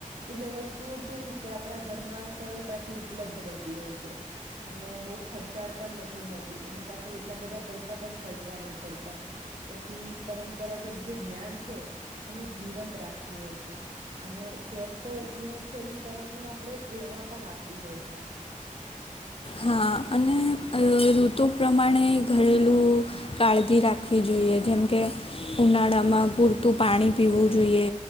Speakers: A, on the right; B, on the left.
A: એટલે વસ્તુઓ કેવી જ કે આપણા ઘરમાં સરળતાથી ઉપલબ્ધ રહેતી હોય છે. અને બહુ ખર્ચાળ પણ નથી હોતી એની પાછળ એટલા બધા પૈસા પણ ખર્ચવા નહી પડતા પછી પરંપરાગત જે જ્ઞાન છે એને જીવંત રાખતી હોય છે. અને સ્વસ્થ જીવનશૈલી તરફ ની આપણે પ્રેરણા પણ આપતી હોય છે.
B: હા અને અહ ઋતુ પ્રમાણે ઘરેલું કાળજી રાખવી જોઈએ જેમ કે ઉનાળામાં પૂરતું પાણી પીવું જોઈએ